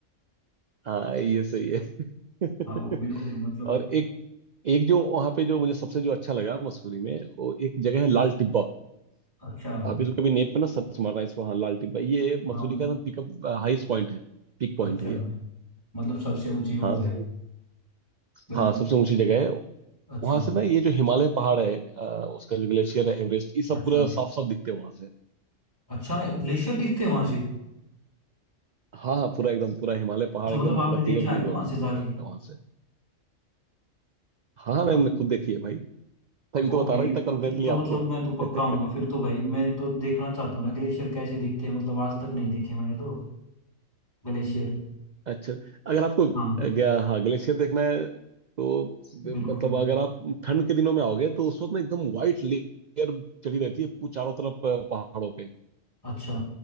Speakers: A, on the right; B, on the left.
A: हाँ ये सही है <laughs>
B: हाँ वो बिल्कुल मतलब
A: और एक एक जो वहां पे जो मुझे सबसे जो अच्छा लगा मसूरी में वो एक जगह है लाल टिब्बा
B: अच्छा
A: आप इसको कभी नेट पे ना सर्च मारना इसको हाँ लाल टिब्बा ये मसूरी
B: हाँ
A: का ना पिकअप हाईएस्ट पॉइंट है पीक पॉइंट
B: अच्छा
A: है ये
B: मतलब सबसे ऊंची वो
A: हाँ
B: है
A: तो
B: बिल्कुल
A: हाँ सबसे ऊंची जगह है
B: अच्छा
A: वहां से ना ये जो हिमालय पहाड़ है अ, उसका जो ग्लेशियर है एवरेस्ट ये सब
B: अच्छा
A: पूरा साफ साफ दिखते हैं वहां से
B: अच्छा ग्लेशियर दिखते हैं वहां से
A: हाँ हाँ पूरा एकदम पूरा हिमालय पहाड़
B: अच्छा
A: एकदम
B: मतलब आपने
A: पूरा क्लियर
B: देखा
A: व्यू
B: है क्या
A: है
B: वहां से जाके
A: वहां से हाँ हाँ, मैंने
B: आपने
A: खुद देखी है भाई तभी
B: वो
A: तो बता
B: भी
A: रहा हूँ इतना कॉन्फिडेंटली
B: फिर तो
A: आपको
B: मतलब मैं तो पक्का
A: <laughs>
B: आऊंगा फिर तो भाई मैं तो देखना चाहता हूँ ना ग्लेशियर कैसे दिखते हैं मतलब आज तक नहीं देखे मैंने तो ग्लेशियर
A: अच्छा अगर आपको
B: हाँ
A: ग- हाँ ग्लेशियर देखना है तो
B: बिल्कुल
A: मतलब अगर आप ठंड के दिनों में आओगे तो उस वक्त ना एकदम व्हाइट लेयर चढ़ी रहती है पू- चारों तरफ अ, पहाड़ों पे
B: अच्छा